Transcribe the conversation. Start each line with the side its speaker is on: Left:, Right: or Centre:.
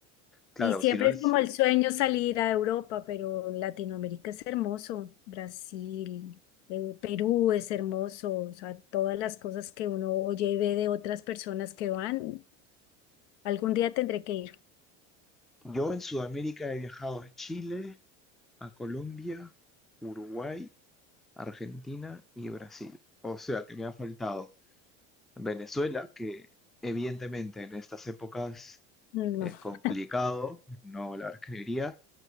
Centre: Claro,
Left: Y siempre
Centre: si no, es-
Left: es como el sueño salir a Europa, pero Latinoamérica es hermoso, Brasil, eh, Perú es hermoso, o sea, todas las cosas que uno oye y ve de otras personas que van, algún día tendré que ir.
Centre: yo en Sudamérica he viajado a Chile, a Colombia, Uruguay, Argentina y Brasil. O sea que me ha faltado Venezuela, que evidentemente en estas épocas
Left: Mm,
Centre: es
Left: No.
Centre: complicado, no la escribiría